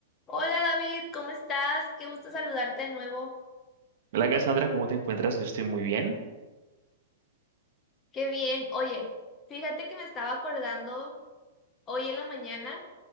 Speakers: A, on the left; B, on the right.
A: Hola David, ¿cómo estás? Qué gusto saludarte de nuevo.
B: Hola Cassandra, ¿cómo te encuentras? Yo estoy muy bien.
A: Qué bien. Oye, fíjate que me estaba acordando hoy en la mañana